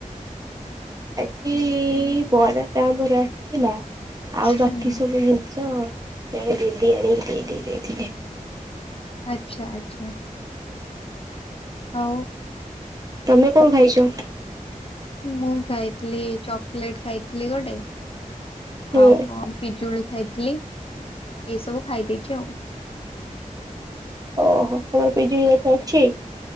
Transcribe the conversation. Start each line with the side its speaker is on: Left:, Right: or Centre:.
Right: ଆଜି ବରା ଟା ଆମର ଆସିଥିଲା। ଆଉ ବାକି
Left: ହୁଁ
Right: ସବୁ ଜିନିଷ ଜଣେ ଦିଦି ଆଣିକି ଦେଇ ଦେଇ ଯାଇଥିଲେ।
Left: ଆଚ୍ଛା ଆଚ୍ଛା। ହଉ।
Right: ତମେ କଣ ଖାଇଚ?
Left: ମୁଁ ଖାଇଥିଲି ଚକୋଲେଟ ଖାଇଥିଲି ଗୋଟେ।
Right: ହୁଁ
Left: ଆଉ କଣ? ପିଜୁଳି ଖାଇଥିଲି, ଏସବୁ ଖାଇ ଦେଇେଇଛି ଆଉ।
Right: ଓହୋ। ତମର ପିଜୁଳି ଗଛ ଅଛି?